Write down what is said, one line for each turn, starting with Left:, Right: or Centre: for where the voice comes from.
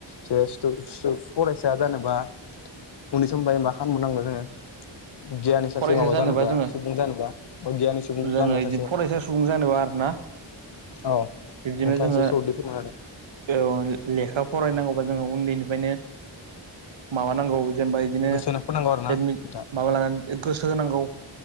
Left: जे स्थु स्थु फरायसा जानोबा उनि समबा मा खालामबावनांगौ जोङो गियानि सासे
Right: फरायसा
Left: माबा जानोबा
Right: जोङो
Left: सुबुं जानोबा गियानि सुबुं
Right: जोङो
Left: जानोबा
Right: बिदि
Left: सासे
Right: फरायसा सुबुं जानोबा आरोना
Left: औ
Right: बिब्दिनो
Left: नोंथाङा
Right: जोङो
Left: एसे सर्टै फोरमायना होदो
Right: औ लेखा फरायनांगौ जोङो उन्दैनिफ्रायनो माबानांगौ जेनेबा बिदिनो
Left: गोसो होना फरायनांगौ आरो ना
Right: एडमिट
Left: नोंथां
Right: माबा लानानै गोसो होनांगौ